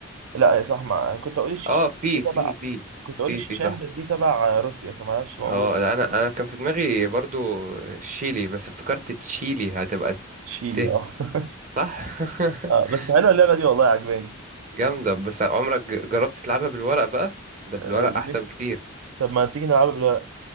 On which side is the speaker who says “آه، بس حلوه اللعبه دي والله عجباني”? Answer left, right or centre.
Right